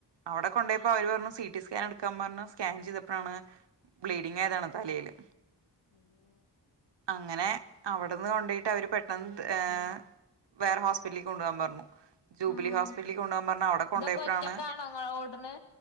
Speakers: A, on the right (about 80°); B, on the left (about 75°).
A: അവിടെ കൊണ്ടോയപ്പോ അവര് പറഞ്ഞു സി ടി സ്കാൻ എടുക്കാൻ പറഞ്ഞു സ്കാൻ ചെയ്തപ്പോഴാണ് ങ്ങിയതാണ് തലേല്
B: അയ്യോ
A: അങ്ങനെ അവിടുന്ന് കൊണ്ടോയിട്ട് അവര് പെട്ടെന്ന് ത് ഏഹ് വേറെ ഹോസ്പിലേക്ക് കൊണ്ടോവാൻ പറഞ്ഞു ജൂബിലി
B: ഉം
A: ഹോസ്പിറ്റലിൽ കൊണ്ടു പോകാൻ പറഞ്ഞ് അവിടെ കൊണ്ട്
B: ഇതൊക്കെ
A: പോയപ്പോഴാണ്
B: ഒറ്റക്കാണോ ഇങ്ങള് ഓട്ണ്